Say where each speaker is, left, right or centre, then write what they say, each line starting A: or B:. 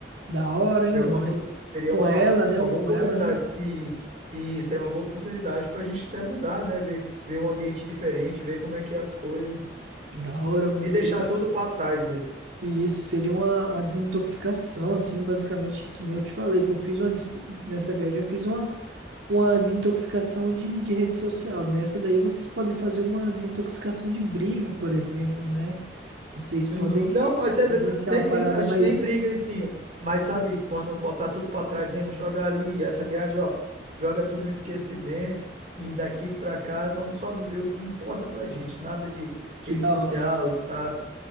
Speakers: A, on the right (about 80°); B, on the right (about 35°).
A: Da hora,
B: Seria
A: hein, mano?
B: alguma
A: Mas
B: coisa, seria
A: com
B: uma,
A: ela, né?
B: uma
A: Ou
B: boa
A: com
B: oportunidade.
A: ela, né?
B: E, e seria uma boa oportunidade para a gente até mudar, né? Ver, ver um ambiente diferente, ver como é que é as coisas.
A: Da hora, mano.
B: E
A: Seria.
B: deixar tudo para trás mesmo.
A: E isso seria uma, uma desintoxicação, assim, basicamente, que nem eu te falei, que eu fiz uma, des- nessa viagem eu fiz uma, uma desintoxicação de, de rede social. Nessa daí vocês podem fazer uma desintoxicação de briga, por exemplo, né? Vocês podem
B: Uhum. Não, pode ser
A: vivenciar
B: verdade. Nem,
A: uma parada
B: nem, a gente
A: mais
B: nem briga em si. Mas sabe, quando botar tudo para trás mesmo, jogar ali, e essa viagem, ó, joga tudo no esquecimento. E daqui para cá, vamos só viver o que importa pra gente. Nada de
A: que
B: rede
A: da
B: social,
A: hora.
B: status,